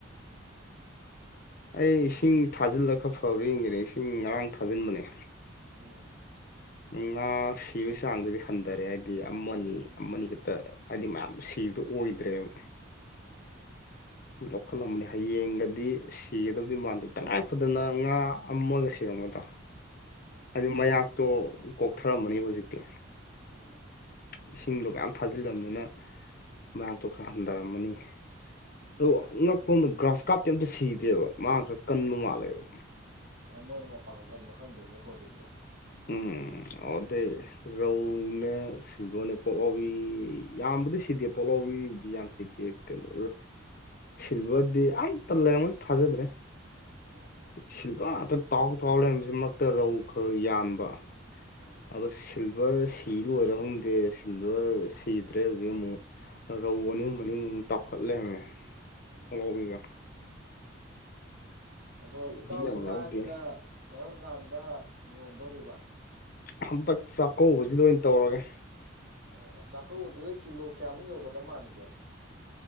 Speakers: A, on the right; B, on the left.
A: ꯎꯝ
B: ꯑꯩ ꯏꯁꯤꯡ ꯊꯥꯖꯤꯜꯂꯒ ꯈꯛ ꯐꯥꯎꯔ ꯌꯦꯡꯒꯦꯅꯦ ꯏꯁꯤꯡ ꯉꯔꯥꯡ ꯊꯥꯖꯤꯟꯕꯅꯦ
A: ꯎꯝ
B: ꯉꯥ ꯁꯤꯕꯒꯤ ꯆꯥꯡꯗꯨꯗꯤ ꯍꯟꯊꯔꯦ ꯍꯥꯏꯗꯤ ꯑꯃ ꯑꯃ ꯈꯛꯇ ꯍꯥꯏꯗꯤ ꯃꯌꯥꯝ ꯁꯤ ꯕꯗꯨ ꯑꯣꯏꯗ꯭ꯔꯦꯕ
A: ꯎꯝ
B: ꯂꯧꯈꯠꯂꯝꯕꯅꯤ ꯍꯌꯦꯡꯒꯗꯤ ꯁꯤꯒꯗꯕꯗꯤ ꯃꯥꯟꯗꯦ ꯇꯉꯥꯏ ꯐꯗꯅ ꯉꯥ ꯑꯃꯒ ꯁꯤꯔꯝꯒꯅꯤ ꯣ
A: ꯎꯝ
B: ꯑꯗꯨ ꯃꯌꯥꯛꯇꯣ ꯀꯣꯛꯊꯔꯝꯃꯅꯦꯕ ꯍꯧꯖꯤꯛꯇꯤ
A: ꯎ
B: ꯏꯁꯤꯡꯗꯣ ꯃꯌꯥꯝ ꯊꯥꯖꯤꯜꯂꯝꯅꯤꯅ ꯃꯌꯥꯝꯛꯇꯣ ꯈꯔ ꯍꯟꯊꯔꯝꯃꯅꯤ
A: ꯎꯝ
B: ꯑ ꯑꯉꯛꯄꯗ ꯒ꯭ꯔꯥꯁ ꯀꯥꯞꯇꯤ ꯑꯝꯇ ꯁꯤꯗꯦꯕ ꯃꯥ ꯈꯔ ꯀꯟꯕ ꯃꯥꯜꯂꯦꯕ
A: ꯑ ꯃꯣꯏꯅ ꯃꯄꯥꯟ ꯀꯟꯕ ꯈꯪꯗꯦꯅꯦꯀꯣ ꯑꯗꯨꯗꯤ
B: ꯎꯝ ꯑꯗꯩ ꯔꯧꯅꯦ ꯁꯤꯜꯚꯔꯅꯦ ꯄꯣꯛꯂꯥꯎꯕꯤ ꯌꯥꯝꯕꯗꯤ ꯁꯤꯗꯦ ꯄꯣꯛꯂꯥꯎ ꯤꯕꯨꯗꯤ ꯌꯥꯝ ꯆꯛꯇꯦ ꯀꯩꯅꯣ ꯁꯤꯜꯚꯔꯗꯤ ꯑꯃ ꯇ ꯂꯒ ꯑꯃ ꯊꯖꯗ ꯔꯦ
A: ꯎꯝ
B: ꯁꯤꯜꯚꯔ ꯉꯥꯛꯇ ꯇꯥꯎ ꯇꯥꯎ ꯂꯩꯔꯝꯕꯁꯤꯃꯛꯇ ꯔꯧ ꯈꯔ ꯌꯥꯟꯕ
A: ꯎꯝ
B: ꯑꯗꯣ ꯁꯤꯜꯚꯔ ꯁꯤ ꯂꯣꯏꯔ ꯈꯪꯗꯦ ꯁꯤꯜꯚꯔ ꯁꯤꯗ꯭ꯔꯦ ꯍꯧꯖꯤꯛ ꯑꯃꯨꯛ ꯔꯧ
A: ꯎꯝ
B: ꯑꯅꯤ ꯑꯨꯝ ꯑꯅꯤꯃꯃꯨꯛ ꯇꯥꯎꯈꯠꯂꯦꯃꯦ
A: ꯎꯝ
B: ꯑꯉꯥꯎꯕꯤꯒ
A: ꯎꯝ ꯑꯗꯣ ꯏꯇꯥꯎꯒꯤ
B: ꯌꯥꯝ
A: ꯉꯥꯁꯤꯅ
B: ꯌꯥꯎꯗꯦ
A: ꯀꯔꯝ ꯀꯥꯟꯗ ꯌꯣꯟꯗꯣꯔꯤꯕ
B: ꯍꯟꯇꯛ ꯆꯥꯛꯀꯧꯕꯁꯤꯗ ꯑꯣꯏꯅ ꯇꯧꯔꯒꯦ
A: ꯑꯣ ꯆꯥꯛꯀꯧꯕꯗꯨꯗ ꯀꯤꯂꯣ ꯀꯌꯥꯃꯨꯛ ꯌꯧꯒꯗ ꯃꯥꯟꯒꯦ